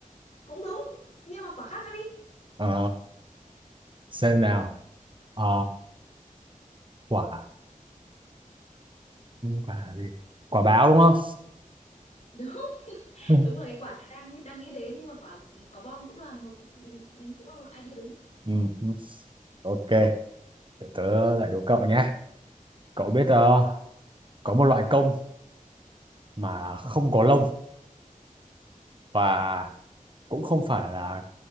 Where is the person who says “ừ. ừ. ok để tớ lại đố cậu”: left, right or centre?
Right